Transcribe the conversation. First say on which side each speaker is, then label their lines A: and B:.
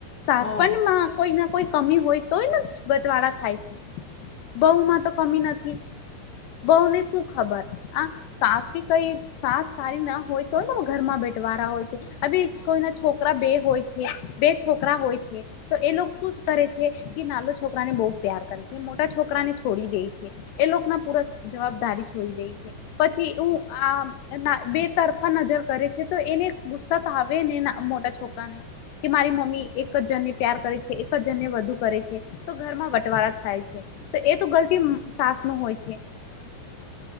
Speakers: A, on the left; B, on the left.
A: સાસ
B: હા
A: પળમાં
B: હા
A: કોઈ ના કોઈ કમી હોય તોય બટવાળા થાય છે. બહુ માં તો કમી નથી. બઉને શું ખબર આ સાસ કે કઈ સાસ સારી ના હોય તોય ને ઘરમાં બેઠ વારા હોય છે, અ
B: હા
A: કોઈ ના છોકરા બે હોય. બે છોકરા હોય છે તો એ શું કરે છે કે નાના છોકરાને બહ પ્યાર કરે છે. મોટા છોકરા ને છોડી દે છે, એ લોકો ના પુર જવાબદારી છોડી દે છે, પછી હ આ બે તરફા નજર કરે છે તો એ ગુસ્સા તો આવે ને મોટા છોકરા ને. કે મારી મમ્મી એક જ જન ને પ્યાર કરે છે એક જ જણને વધુ કરે છે તો ઘરમાં બટવાળા થાય છે. તો એ તો ગલતી સાસ નું હોય છે.